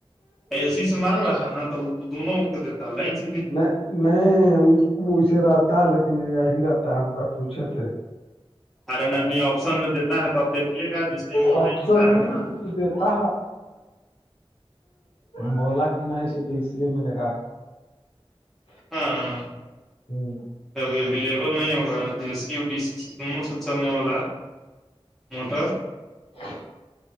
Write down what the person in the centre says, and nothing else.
اے سی سے مار رہا تھا نا تو دونوں کو دیتا لائس
ارے نہیں آپشن میں دیتا ہے تو آپ دیکھیے گا جس ٹائم آن
لائن ہوتا ہے
نا
ہاں ہاں
اب اویلیبل نہیں ہوگا نا تو اے سی ڈی سی سی دونوں سے چلنے والا ہے موٹا